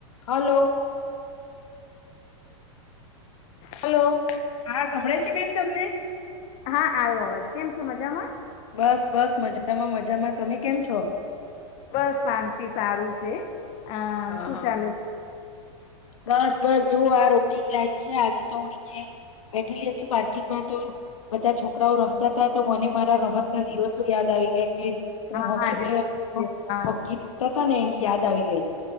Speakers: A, on the left; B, on the left.
A: Hello.
B: Hello.
A: હા સંભળે છે બેન તમને.
B: હા આવ્યો અવાજ કેમ છો મજામાં.
A: બસ બસ મજામાં મજામાં તમે કેમ છો.
B: બસ શાંતિ સારું છે. આ
A: હા
B: શું
A: હા
B: ચાલે
A: બસ બસ જો આ રૂટીન લાઈફ છે આજે તો હું નીચે બેઠેલી હતી પાર્કિંગમાં તો બધા છોકરાઓ રમતા હતા તો મને મારા રમત ના દિવસો યાદ આવી ગયા કે હ
B: હા
A: હોકી
B: હા જે
A: પ્લેયર
B: સાચું છે હા
A: <unintelligible> ને એની યાદ આવી ગઈ.